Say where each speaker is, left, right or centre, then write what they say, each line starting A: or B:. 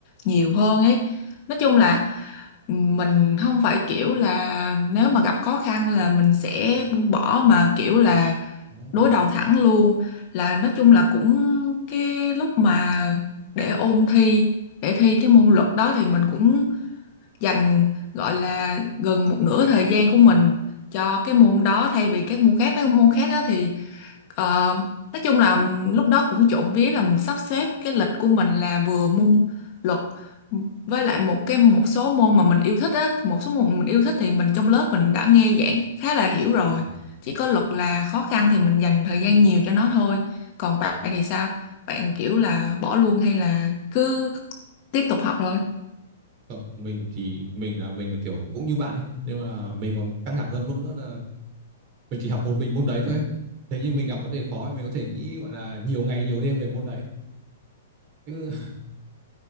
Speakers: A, on the left (about 30°); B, on the right (about 30°).
A: nhiều hơn ấy nói chung là mình không phải kiểu là nếu mà gặp khó khăn là mình sẽ buông bỏ mà kiểu là
B: Ồ.
A: đối đầu thẳng luôn là nói chung là cũng cái lúc mà để ôn thi để thi cái môn luật đó thì mình cũng dành gọi là gần một nửa thời gian của mình cho cái môn đó thay vì các môn khác mấy môn khác á thì Ờ, nói chung là lúc đó cũng trộm vía là mình sắp xếp cái lịch của mình là vừa môn luật với lại một cái một số môn mà mình yêu thích á một số môn mình yêu thích thì mình trong lớp mình đã nghe giảng khá là hiểu rồi
B: Ừ.
A: chỉ có luật là khó khăn thì mình dành thời gian nhiều cho nó thôi còn bạn thì sao bạn kiểu là bỏ luôn hay là cứ tiếp tục học thôi
B: Không, mình thì mình là mình là kiểu cũng như bạn ấy nhưng mà mình còn căng thẳng hơn mức nữa là mình chỉ học một mình môn đấy thôi thế nhưng mình gặp vấn đề khó thì mình có thể nghĩ gọi là nhiều ngày nhiều đêm về môn đấy chứ